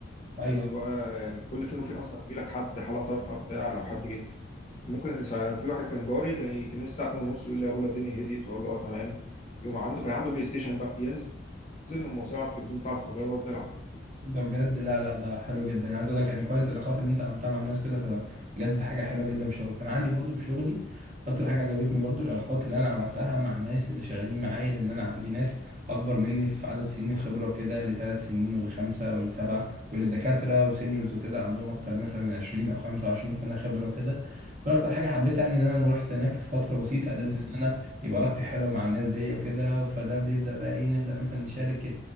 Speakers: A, on the right; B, on the left.
A: ايوه
B: عايزه
A: أيوه.
B: بقى يعني كل فين وفين اصلا يجي لك حد حاله طارئه بتاع لو حد جه ممكن سا- في واحد كان جاري كان ي- كان يجي الساعه 2 ونص يقول لي يا بولا الدنيا هديت اقول له اه تمام يوم عنده كان عنده بلاي ستيشن بقى ينزل نقوم موصلين على التلفزيون بتاع الصيدليه ونقعد نلعب
A: ده بجد لا لا ده حلو جدا انا عايز اقول لك يعني كويس العلاقات اللي انت عملتها مع الناس كده فبجد دي حاجه حلوه جدا في شغلك انا عندي برضو في شغلي اكتر حاجه عجبتني برضو العلاقات اللي انا عملتها مع الناس اللي شغالين معايا لان انا عندي ناس اكبر مني في عدد سنين خبره وكده اللي ثلاث سنين واللي خمسه واللي سبعه واللي دكاتره وسينيورز وكده عندهم اكتر مثلا من 20 او 25 سنه خبره وكده فانا اكتر حاجه حبيتها ان انا لما رحت هناك في فتره بسيطه قدرت
B: امم
A: ان انا يبقى علاقتي حلوه مع الناس دي وكده فده بيبدا بقى ايه نبدا مثلا نشارك